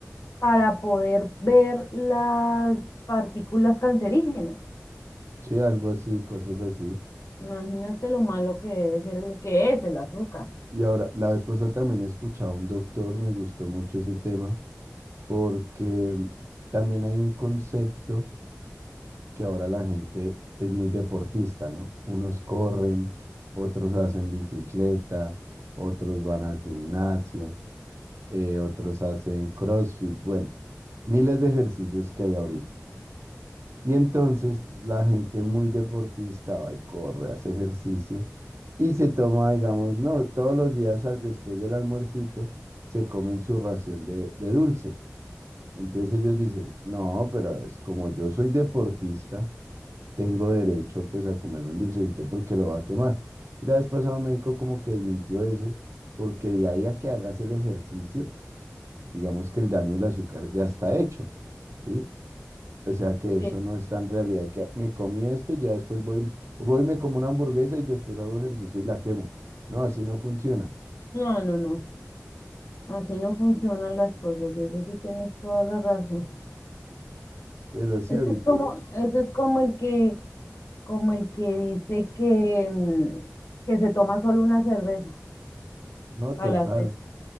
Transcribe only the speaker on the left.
para poder ver las partículas cancerígenas.
Imagínate lo malo que es, el- que es el azúcar.
Sí.
No, no, no. Así no funcionan las cosas, y eso sí tienes toda la razón.
Ese
es como, ese es como el que, como el que dice que, mm, que se toma solo una cerveza
para
la sed.